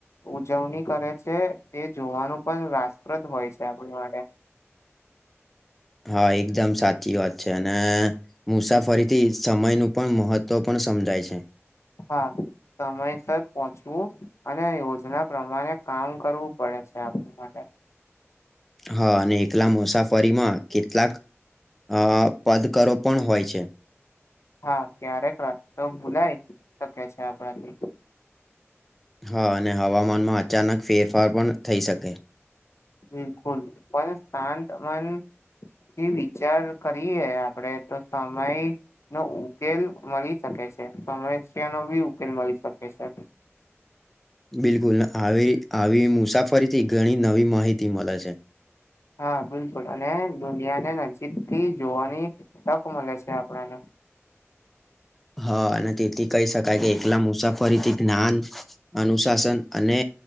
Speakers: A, on the left; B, in the centre.
A: ઉજવણી કરે છે તે જોવાનું પણ રાસપ્રદ હોય છે આપણી માટે
B: હા એકદમ સાચી વાત છે અને મુસાફરી થી સમય નું પણ મહત્વ પણ સમજાય છે
A: હા સમયસર પહોંચવું અને યોજના પ્રમાણે કામ કરવું પડે છે આપ માટે
B: હા અને એકલા મુસાફરીમાં કેટલાક અ પદકરો પણ હોય છે
A: હા ક્યારેક રસ્તો ભૂલાય શકે છે આપણાથી
B: હા અને હવામાનમાં અચાનક ફેરફાર પણ થઈ શકે
A: બિલકુલ પણ શાંત મન એ વિચાર કરીએ આપડે તો સમય નો ઉકેલ મળી શકે છે સમસ્યા નો બી ઉકેલ મળી શકે છે
B: બિલકુલ આવી આવી મુસાફરીથી ઘણી નવી માહિતી મળે છે
A: હા બિલકુલ અને દુનિયાને નજીકથી જોવાની તક મળે છે આપણને
B: હા અને તેથી કહી શકાય કે એકલા મુસાફરીથી જ્ઞાન અનુશાસન અને